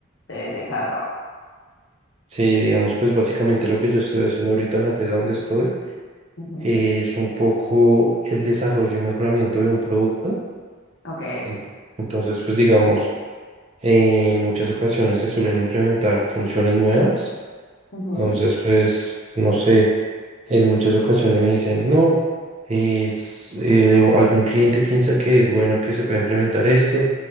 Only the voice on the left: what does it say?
de, de cada trabajo.
Ujú,
Ok,
ujú,